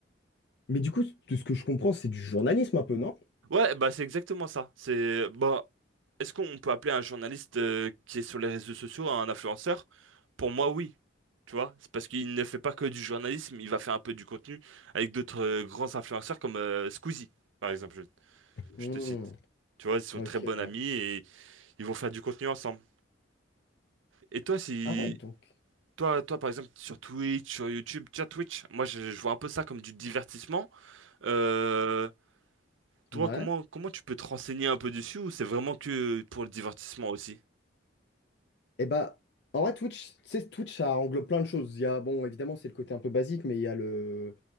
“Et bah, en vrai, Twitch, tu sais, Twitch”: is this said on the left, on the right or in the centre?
Left